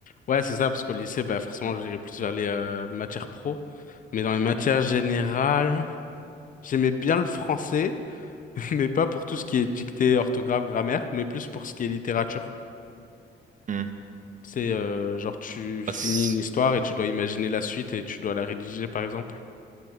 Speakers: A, on the left; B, on the right.
A: Ouais, c'est ça, parce qu'au lycée, bah, forcément, j'irais plus vers les euh, matières pro. Mais dans les matières générales, j'aimais bien le français, <laughs> mais pas pour tout ce qui est dictée, orthographe, grammaire, mais plus pour ce qui est littérature.
B: Hmm.
A: C'est euh, genre, tu finis
B: Ah c'est-
A: une histoire et tu dois imaginer la suite et tu dois la rédiger, par exemple.